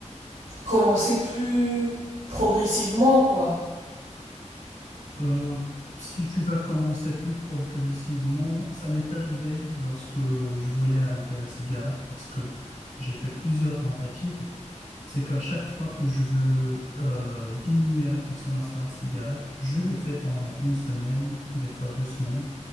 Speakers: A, on the right (about 80°); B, on the left (about 90°).
A: commencer plus progressivement quoi.
B: Euh, si tu vas commencer plus progressivement, ça m'est arrivé lorsque je voulais arrêter la cigarette parce que j'ai fait plusieurs tentatives. C'est qu'à chaque fois que je veux euh, diminuer la consommation de cigarettes, je le fais pendant une semaine, des fois deux semaines.